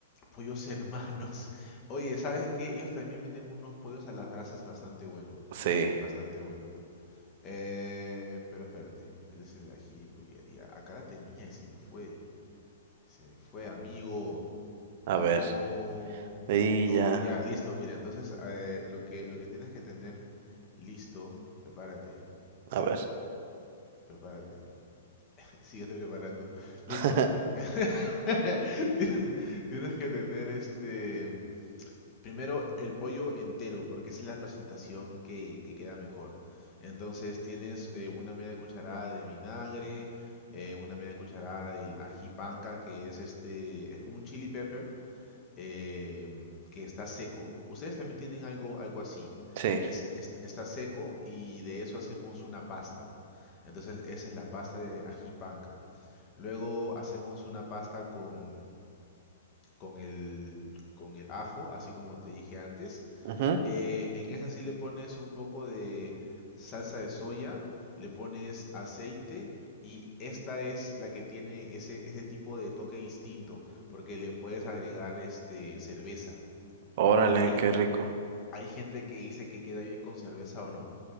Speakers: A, on the left (about 25°); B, on the right (about 45°).
A: Pollos hermanos. <laughs> Oye, ¿sabes qué? Ellos también venden unos pollos a las brasas bastante bueno.
B: Sí,
A: Bastante bueno. Eh, pero espérate. Este es el ají pollería. Acá la tenía y se me fue. Se me fue, amigo.
B: a
A: No.
B: ver. Y
A: No,
B: ya,
A: ya, listo. Mira, entonces eh, lo que, lo que tienes que tener listo. Prepárate.
B: a ver.
A: Prepárate. <laughs> Síguete preparando. Listo.
B: <laughs>
A: <laughs> Tienes que tener este. Primero el pollo entero, porque esa es la presentación que, que queda mejor. Entonces tienes eh, una media cucharada de vinagre, eh, una media cucharada del ají panca, que es este, es como un chili pepper eh, que está seco. Ustedes también tienen algo, algo así.
B: Sí.
A: Es, es- está seco y de eso hacemos una pasta. Entonces esa es la pasta de ají panca. Luego hacemos una pasta con, con el, con el ajo, así como te dije antes
B: ujú.
A: eh, en esa sí le pones un poco de salsa de soya, le pones aceite y esta es la que tiene ese, ese tipo de toque distinto porque le puedes agregar este cerveza.
B: Órale,
A: Hay,
B: qué rico.
A: hay gente que dice que queda bien con cerveza o no.